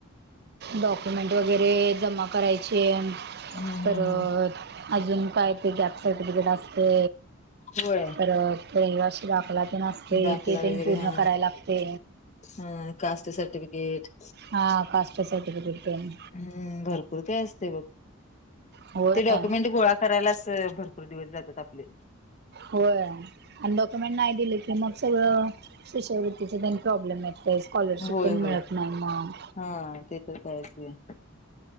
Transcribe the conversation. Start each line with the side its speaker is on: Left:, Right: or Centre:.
Right: डॉक्युमेंट वगैरे जमा करायचे आणि
Left: हम्म
Right: तर
Left: हम्म.
Right: अजून काय ते गॅप सर्टिफिकेट असते
Left: होय
Right: तर त रहिवाशी दाखला पण असते.
Left: दाखला
Right: ते पण
Left: वगैरे
Right: पूर्ण
Left: हा
Right: करायला लागते.
Left: हा. कास्ट सर्टिफिकेट
Right: हा कास्ट सर्टिफिकेट पण
Left: हम्म भरपूर काय असते बघ.
Right: होय
Left: ते डॉक्युमेंट गोळा करायलाच भरपूर दिवस जातात आपले.
Right: होय आणि डॉक्युमेंट नाही दिले की मग सगळ. शिष्यवृत्तीचे त्यांनी प्रॉब्लेम येत स्कॉलरशिप
Left: होय
Right: प मिळत
Left: होय.
Right: नाही मग.
Left: हा ते तर कायच आहे.